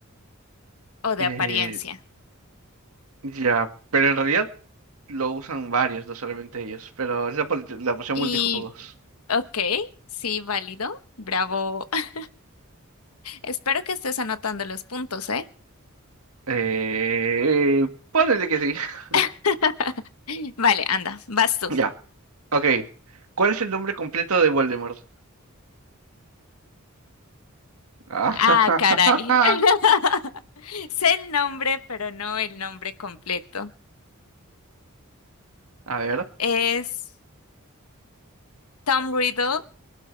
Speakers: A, on the left; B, on the right.
A: o de
B: Eh,
A: apariencia.
B: ya, pero en realidad lo usan varios, no solamente ellos, pero es la, pol- la opción
A: Y,
B: multijugos.
A: ok, sí, válido, bravo. <laughs> Espero que estés anotando los puntos, ¿eh?
B: Eh, ponele que sí. <laughs>
A: <laughs> Vale, anda, vas tú.
B: Ya, ok. ¿Cuál es el nombre completo de Voldemort? Ah,
A: Ah,
B: <laughs>
A: caray. <laughs> Sé el nombre, pero no el nombre completo.
B: a ver,
A: Es Tom Riddle,